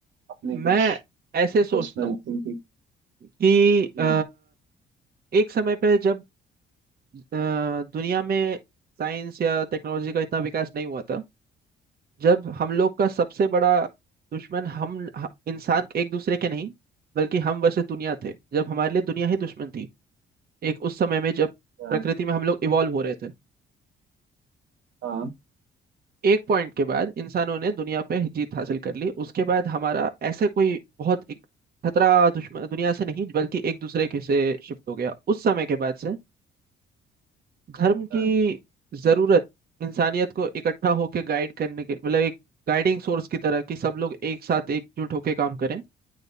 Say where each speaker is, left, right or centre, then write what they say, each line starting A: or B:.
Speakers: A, on the right; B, on the right.
A: अपने
B: मैं
A: कुछ
B: ऐसे सोचता
A: पर्सनल
B: हूँ
A: थिंकिंग
B: कि
A: हम्म
B: अ, एक समय पे जब अ, दुनिया में साइंस या टेक्नोलॉजी का इतना विकास नहीं हुआ था जब हम लोग का सबसे बड़ा दुश्मन हम ह- इंसान एक दूसरे के नहीं बल्कि हम वर्सेस दुनिया थे जब हमारे लिए दुनिया ही दुश्मन थी एक उस समय में जब
A: आ,
B: प्रकृति में हम लोग इवॉल्व हो रहे थे
A: आ,
B: एक पॉइंट के बाद इंसानों ने दुनिया पे जीत हासिल कर ली उसके बाद हमारा ऐसे कोई बहुत एक खतरा दुश्मन दुनिया से नहीं बल्कि एक दूसरे के से शिफ्ट हो गया उस समय के बाद से धर्म
A: आ,
B: की जरूरत इंसानियत को इकट्ठा होकर गाइड करने के मतलब एक गाइडिंग सोर्स की तरह कि सब लोग एक साथ एकजुट होकर काम करें